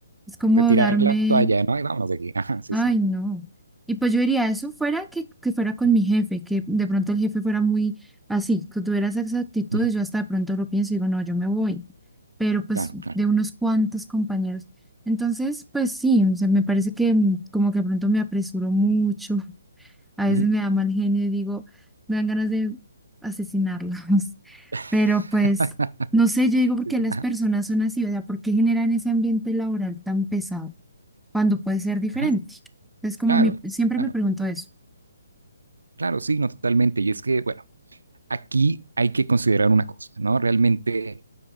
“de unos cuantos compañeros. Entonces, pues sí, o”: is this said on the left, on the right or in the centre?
Centre